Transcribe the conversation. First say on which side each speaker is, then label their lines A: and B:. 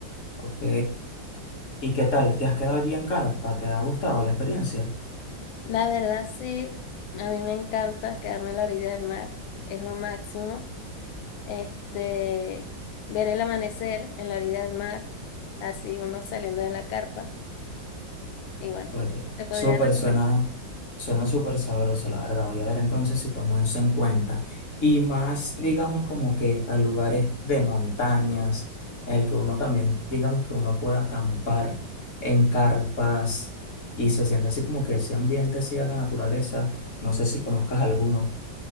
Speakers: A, on the left; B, on the left.
A: ¿Ok? ¿Y qué tal? ¿Te has quedado allí en Carpa? ¿Te ha gustado la experiencia?
B: La verdad sí, a mí me encanta quedarme a la orilla del mar, es lo máximo. Este, ver el amanecer en la orilla del mar, así uno saliendo de la carpa. Y bueno,
A: Oye,
B: te podría
A: súper
B: recomendar.
A: suena, suena súper sabroso, la verdad. Voy a ver entonces si tomo eso en cuenta. Y más, digamos, como que a lugares de montañas, en el que uno también, digamos, que uno pueda acampar en carpas y se siente así como que ese ambiente así a la naturaleza. No sé si conozcas alguno.